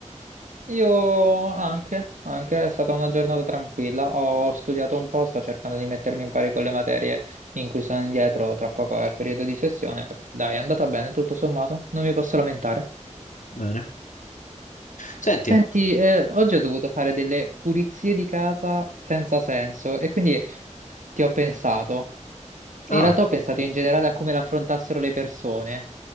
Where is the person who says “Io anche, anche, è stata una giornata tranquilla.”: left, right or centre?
Right